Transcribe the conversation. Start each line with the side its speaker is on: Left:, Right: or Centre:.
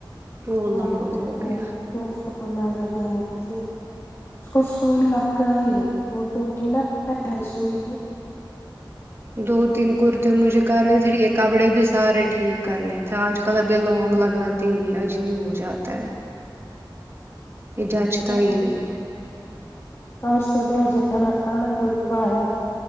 Right: وہ
Left: وہیں
Right: لانگ
Left: پہ
Right: ہو گیا
Left: بھی ن کو کو نظر دینے تھی اس کو سوئی لگ گئی وہ ٹوٹی نا پہل سوئی
Right: دو تین کرتے مجھے کرنے تھے کپڑے بھی سارے ٹھیک کرنے تھے آج کل ابھی لانگ لگاتے ہی نہیں عجیب ہو جاتا ہے یہ جچتا
Left: ہ
Right: ہی نہیں ہے
Left: اور اس کے ب ج جانا تھا نا جوبا ہے